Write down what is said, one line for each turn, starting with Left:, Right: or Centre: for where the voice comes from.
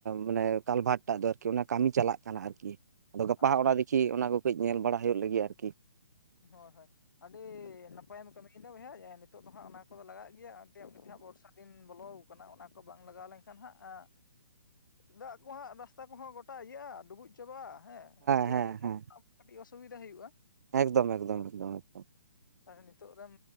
Right: ᱢᱟᱱᱮ ᱠᱟᱞᱵᱷᱟᱴ ᱴᱟᱜ ᱫᱚ ᱟᱨᱠᱤ ᱚᱱᱟ, ᱠᱟᱹᱢᱤ ᱪᱟᱞᱟᱜ ᱠᱟᱱᱟ ᱟᱨᱠᱤ ᱟᱫᱚ ᱜᱟᱯᱟ
Left: ᱟᱪᱪᱷᱟ
Right: ᱦᱟᱸᱜ ᱚᱱᱟ ᱫᱤᱠᱷᱤ ᱚᱱᱟ ᱠᱚ ᱠᱟᱹᱡ ᱧᱮᱞ ᱵᱟᱲᱟ ᱦᱩᱭᱩᱜ ᱞᱟᱹᱜᱤᱫ ᱟᱨᱠᱤ᱾
Left: ᱦᱳᱭ ᱦᱳᱭ ᱟᱹᱰᱤ ᱱᱟᱯᱟᱭᱮᱢ ᱠᱟᱹᱢᱤᱠᱮᱫᱟ ᱵᱚᱭᱦᱟ ᱟᱨ ᱱᱤᱛᱚᱜ ᱫᱚ ᱦᱟᱸᱜ ᱚᱱᱟ ᱠᱚᱫᱚ ᱞᱟᱜᱟᱜ ᱜᱮᱭᱟ᱾ ᱮᱢᱱᱤ ᱛᱮ ᱦᱟᱸᱜ ᱵᱚᱨᱥᱟ ᱫᱤᱱ ᱵᱚᱞᱚ ᱠᱟᱱᱟ ᱚᱱᱟ, ᱠᱚ ᱵᱟᱝ ᱞᱟᱜᱟᱣ ᱞᱮᱱᱠᱷᱟᱱ ᱦᱟᱸᱜ ᱫᱟᱜᱽ ᱠᱚ ᱦᱟᱸᱜ ᱨᱟᱥᱛᱟ ᱠᱚᱦᱚᱸ ᱜᱚᱴᱟ ᱤᱭᱟᱹᱜᱼᱟ ᱰᱩᱵᱩᱡ ᱪᱟᱵᱟᱜᱼᱟ ᱦᱮᱸ ᱪᱮᱜ
Right: ᱦᱮᱸ
Left: <unintelligible>
Right: ᱦᱮᱸ
Left: ᱠᱟᱹᱴᱤᱡ ᱚᱥᱩᱵᱤᱫᱟ ᱦᱩᱭᱩᱜᱼᱟ᱾
Right: ᱮᱠᱫᱚᱢ ᱮᱠᱫᱚᱢ ᱮᱠᱫᱚᱢ ᱮᱠᱫᱚᱢ᱾
Left: ᱛᱟᱦᱚᱞᱮ ᱱᱤᱛᱚᱜ ᱨᱮᱢ